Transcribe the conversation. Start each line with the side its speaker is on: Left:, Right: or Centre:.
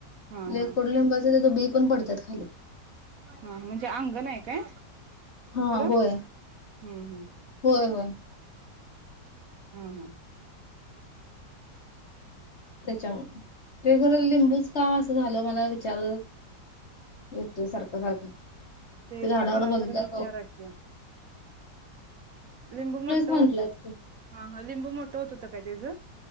Right: हा
Left: लय
Right: हा
Left: कडुलिंबाच, त्याच बी पण पडत्यात खाली.
Right: हा, म्हणजे अंगण हाय काय.
Left: हा
Right: पुढं
Left: होय,
Right: हम्म हम्म
Left: होय होय.
Right: हं हं.
Left: त्याच्यामुळं, ते खर लिंबूच का असं झालं मला विचार येतूय सारखं सारखं,
Right: ते
Left: त्या झाडाकडं
Right: जरा कुणाला
Left: बघितल्या
Right: तरी विचारा की लिंबू मोठं,
Left: म्हंटलं.
Right: हा हा, लिंबू मोठं होत होतं काय त्याच.